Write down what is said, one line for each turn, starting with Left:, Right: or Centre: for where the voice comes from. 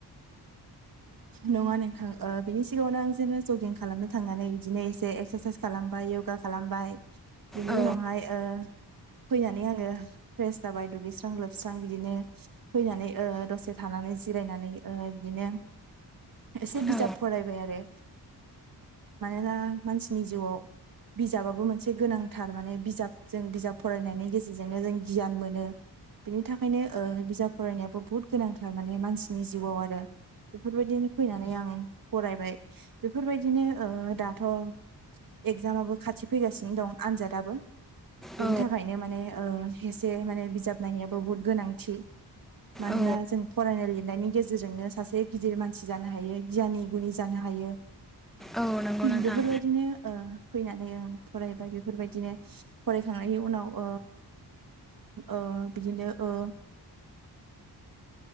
Right: नङा नोंथां ओ बिनि सिगाङावनो आं जेनो जगिं खालामनो थांनानै बिदिनो एसे एक्सारसाइस खालामबाय यगा खालामबाय। बेनि
Centre: औ
Right: उनावहाय ओ फैनानै आङो फ्रेस जाबाय दुगैस्रां लोबस्रां बिदिनो फैनानै ओ दसे थानानै जिरायनानै ओ बिदिनो एसे बिजाब
Centre: औ
Right: फरायबाय आरो मानोना मानसिनि जिउआव बिजाबाबो मोनसे गोनांथार माने बिजाब जों बिजाब फरायनायनि गेजेरजोंनो जों गियान मोनो। बिनि थाखायनो ओ बिजाब फरायनायाबो बुहुत गोनांथार माने मानसिनि जिउआव आरो बेफोरबायदिनो फैनानै आं फरायबाय बेफोरबायदिनो ओ दाथ' एगजामाबो खाथि फैगासिनो दं आनजादाबो। बिनि
Centre: औ
Right: थाखायनो माने ओ एसे माने बिजाब नायनायाबो बुहुत गोनांथि। मानोना
Centre: औ
Right: जों फरायनाय लिर नायनि गेजेरजोंनो सासे गिदिर मानसि जानो हायो गियानि गुनि जानो हायो।
Centre: औ नंगौ नोंथां
Right: बेफोरबायदिनो फैनानै फरायबाय बेफोरबायदिनो फरायखांनायनि उनाव ओ बिदिनो ओ